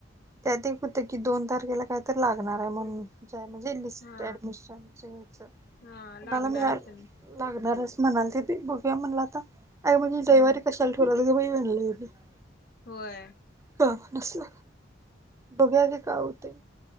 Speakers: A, on the right; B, on the left.
A: त्यात एक होत की दोन तारखेला काय तर लागणार आहे म्हणुन म्हणजे लिस्ट
B: हा
A: ऍडमिशनच याच कुणाला
B: हा लागणार
A: मिळा
B: असेल
A: लागणारच म्हणालती ती बघुया म्हणला आता आई‌ म्हणे रविवारी
B: हम्म
A: तुला कधी म्हणलय होते -
B: होय
A: का असल बघुया आणि काय होतय